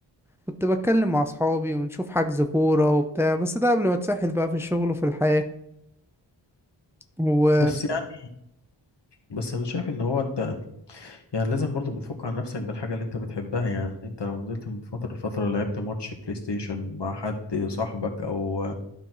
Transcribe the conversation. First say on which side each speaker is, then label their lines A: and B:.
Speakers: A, in the centre; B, on the left.
A: كنت بتكلم مع اصحابي ونشوف حجز كورة وبتاع بس ده قبل ما اتسحل بقى في الشغل وفي الحياة و
B: بس يعني بس أنا شايف إن هو أنت يعني لازم برضو بتفك عن نفسك بالحاجة اللي أنت بتحبها يعني أنت لو نزلت من فترة لفترة لعبت ماتش بلاي ستيشن مع حد صاحبك أو